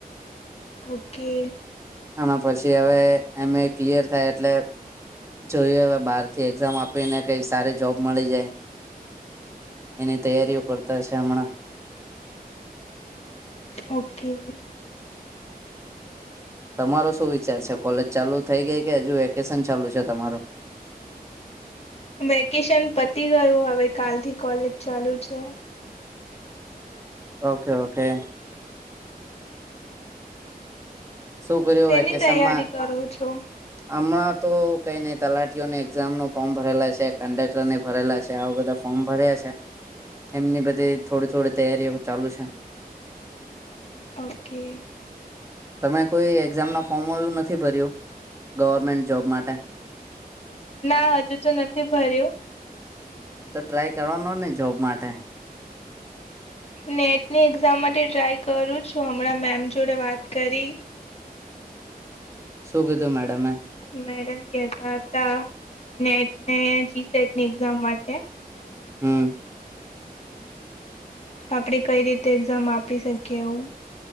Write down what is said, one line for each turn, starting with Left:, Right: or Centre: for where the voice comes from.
Left: ઓકે
Right: આમાં પછી હવે એમ ક્લિયર થાય એટલે જોઈએ હવે બાર થી એક્ઝામ આપીને કઈ સારી જોબ મળી જાય એની તૈયારીઓ કરતા છે હમણાં
Left: ઓકે
Right: તમારો શું વિચાર છે કોલેજ ચાલુ થઈ ગઈ કે હજુ વેકેશન ચાલુ છે તમારું
Left: વેકેશન પતી ગયું હવે કાલથી કોલેજ ચાલુ છે
Right: ઓકે ઓકે શું કર્યું
Left: શેની
Right: વેકેશનમાં
Left: તૈયારી કરો છો?
Right: હમણાં તો કઈ નઈ તલાટીઓને એક્ઝામ ન ફોર્મ ભરેલા છે કંડક્ટર ને ભરેલા છે આવા બધા ફોર્મ ભર્યા છે એમની બધે થોડી થોડી તૈયારીઓ ચાલુ છે
Left: ઓકે
Right: તમે કોઈ એક્ઝામના ફોર્મો એવું નથી ભર્યું ગવર્મેન્ટ જોબ માટે
Left: ના હજુ તો નથી ભર્યું
Right: તો ટ્રાય કરવાનો ને જોબ માટે
Left: નેટની એક્ઝામ માટે ટ્રાય કરું છું હમણાં મેમ જોડે વાત કરી
Right: શું કીધું મેડમે
Left: મેડમ કેતા હતા નેટને જી સેટની એક્ઝામ માટે
Right: હમ
Left: આપણે કઈ રીતે એક્ઝામ આપી શકીએ એવુ